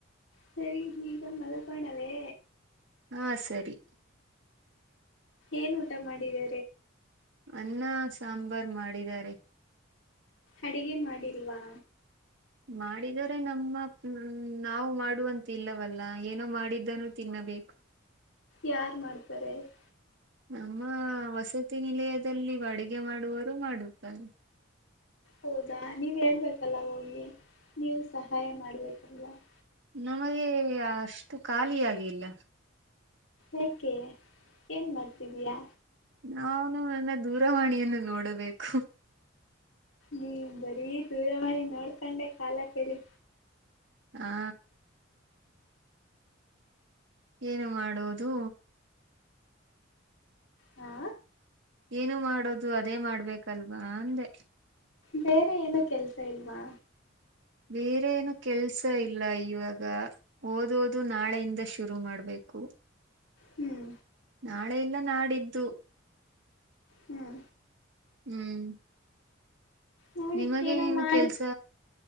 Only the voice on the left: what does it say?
ಸರಿ ಈಗ ಮಲಬಣವೇ
ಏನ್ ಊಟ ಮಾಡಿದೆ
ಅಡಿಗೆ ಮಾಡಿಲ್ವಾ
ಯಾರ್ ಮಾಡ್ತಾರೆ <unintelligible>
ಹೌದಾ ನೀವು ಹೇಳ್ಬೇಕ <unintelligible> ಹೋಗಿ ನೀವು ಸಹಾಯ ಮಾಡ್ಬೇಕು <unintelligible>
ಯಾಕೆ ಏನ್ ಮಾಡ್ತಿದಿಯಾ
ನೀವ್ ಬರೀ ದೂರವಾಣಿ ನೋಡ್ಕಂಡೆ ಕಾಲ ಕಳಿ
ಹಾ
ಬೇರೆ ಏನು ಕೆಲ್ಸ ಇಲ್ವಾ
ಹ್ಮ್
ಹ್ಮ್
ನೋಡಿ
ಏನೋ
ಮಾಡಿ